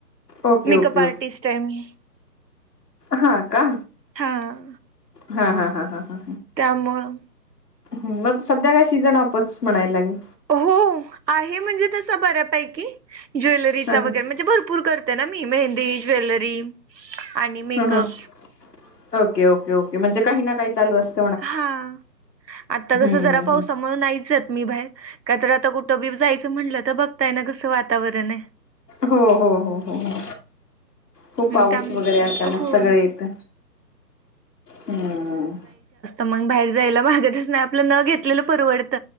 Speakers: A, on the left; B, on the right.
A: ओके
B: मेकअप
A: ओके
B: आर्टिस्ट आहे मी
A: हां का
B: हां
A: हा हा हा हा हां
B: त्यामुळं
A: मग सध्या काय सीजन ऑफच म्हणायला लागेल
B: हो आहे म्हणजे तस बऱ्यापैकी, ज्वेलरीचा
A: हा
B: वगैरे म्हणजे भरपूर कर ते ना मी मेहंदी, ज्वेलरी, आणि मेकअप
A: हम्म हम्म ओके ओके ओके म्हणजे काही ना काही चालू असत.
B: हां आता कस
A: हम्म
B: जरा पाऊसा
A: हम्म
B: मुळ नाहीच जात मी बाहेर, का तर आता कुठं बी जायचं म्हटलं, तर बघताय ना कसं वातावरण आहे.
A: हो हो हो हो हो. खूप पाऊस
B: मग त्या
A: वगैरे अचानक
B: हो
A: सगळ
B: ना
A: येत हम्म.
B: मंग बाहेर जायला भागतच नाही. आपलं न घेतलेलं परवडत.